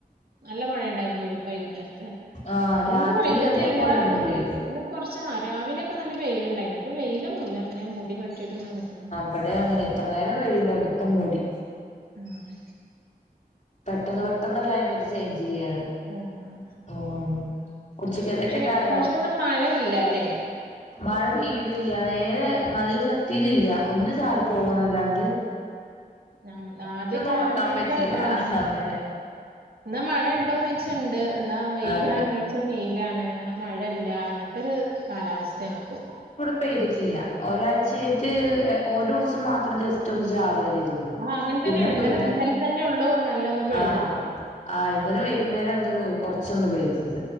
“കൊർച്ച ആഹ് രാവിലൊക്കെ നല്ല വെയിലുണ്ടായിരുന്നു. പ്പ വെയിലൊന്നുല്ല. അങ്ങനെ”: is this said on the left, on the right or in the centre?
Right